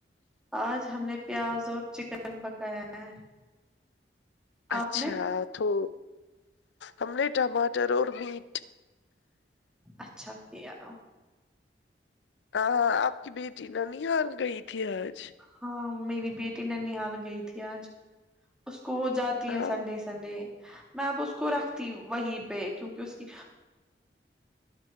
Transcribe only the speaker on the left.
اچھا
تو ہم نے ٹماٹر اور مٹ
ہاں آپ کی بیٹی ننحال گئی تھی آج
ہاں